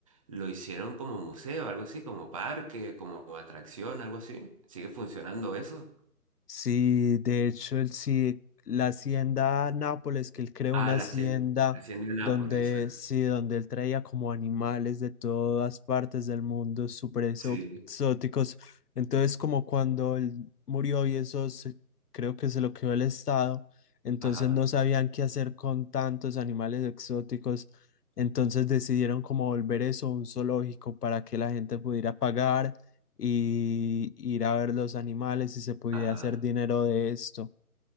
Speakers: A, on the right; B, on the left.
A: lo hicieron como museo, algo así, como parque, como atracción, algo así. ¿Sigue funcionando eso?
B: Sí, de hecho, el, sí, la hacienda Nápoles, que él creó
A: Ah,
B: una
A: la
B: hacienda
A: hacienda, la hacienda de Nápoles,
B: donde,
A: exacto.
B: sí, donde él traía como animales de todas partes del mundo, súper exó-
A: Sí,
B: exóticos. Entonces, como cuando él murió y eso se- creo que se lo quedó el Estado, entonces
A: ajá,
B: no sabían qué hacer con tantos animales exóticos. Entonces decidieron como volver eso un zoológico para que la gente pudiera pagar y ir a ver los animales y se pudiera
A: ajá.
B: hacer dinero de esto.